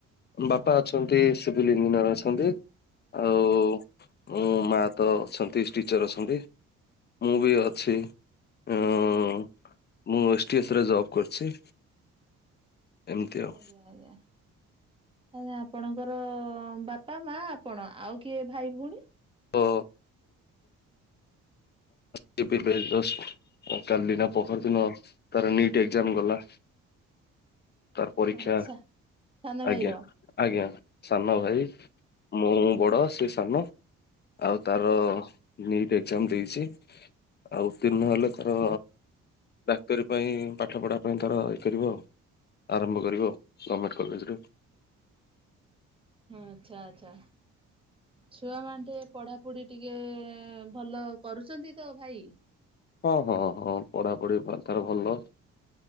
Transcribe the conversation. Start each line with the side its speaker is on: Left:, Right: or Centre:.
Left: ବାପା ଅଛନ୍ତି ସିଭିଲ୍ ଇଞ୍ଜିନିୟର ଅଛନ୍ତି। ଆଉ ମୋ ମା ତ ଅଛନ୍ତି ଟିଚର ଅଛନ୍ତି। ମୁଭି ଅଛି ଉ ମୁଁ ଏସ୍ ଟି ଏସରେ ଜବ୍ କରିଛି। ଏମିତି ଆଉ
Right: ଆଜ୍ଞା ଆଜ୍ଞା। ଆ ଆପଣଙ୍କର ବାପା ମା ଆପଣ ଆଉ କିଏ ଭାଇ ଭଉଣୀ
Left: ହଁ।
Right: ହ
Left: <unintelligible> କାଲିନା ପଖର ଦିନ ତାର ନିଟ୍ ଏଜାମ ଗଲା। ତାର ପରୀକ୍ଷା
Right: ଓହୋ ସା ସାନ ଭାଇର।
Left: ଆଜ୍ଞା ଆଜ୍ଞା ସାନ ଭାଇ ମୁଁ ବଡ଼ ସେ ସାନ ଆଉ ତାର ନିଟ୍ ଏକ୍ଜାମ ଦେଇଛି। ଆଉ ଉତୀର୍ଣ୍ଣ ହେଲେ ତାର ଡାକ୍ତରୀ ପାଇଁ ପାଠ ପଢା ପାଇଁ ତର ଇଏ କରିବ ଆଉ। ଆରମ୍ଭ କରିବ ଗଭର୍ଣ୍ଣମେଣ୍ଟ କଲେଜରେ।
Right: ହଁ ଆଛା ଆଚ୍ଛା। ଛୁଆ ମା ଟିକେ ପଢାପଢି ଟିକେ ଭଲ କରୁଛନ୍ତି ତ ଭାଇ।
Left: ହଁ ହଁ ହଁ ପଢାପଢି ତାର ଭଲ।